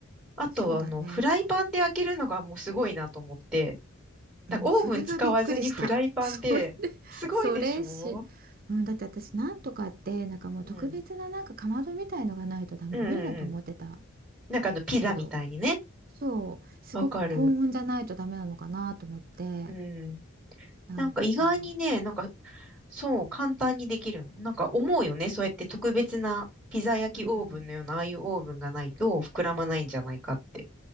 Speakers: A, in the centre; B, on the right (about 45°).
A: あとはあの、
B: そうだね。
A: フライパンで焼けるのがもうすごいなと思って、
B: うん、
A: なんかオーブン使わずにフライパンで、
B: それがびっくりした。<laughs> それ、
A: すごいでしょ
B: それし、うん、だって私、なんとかって、なんかもう特別ななんかかまどみたいのがないとダメ、
A: うん。うんうんうん。
B: 無理だと思ってた
A: なんかあの、ピザみたいにね。
B: けど、そう、すごく高温じゃないとダメなのかなと思って、
A: わかる。うん。
B: なんか、
A: なんか意外にね、なんかそう、簡単にできるの。なんか思うよね。そうやって特別なピザ焼きオーブンのような、
B: うん、
A: ああいうオーブンがないと膨らまないんじゃないかって。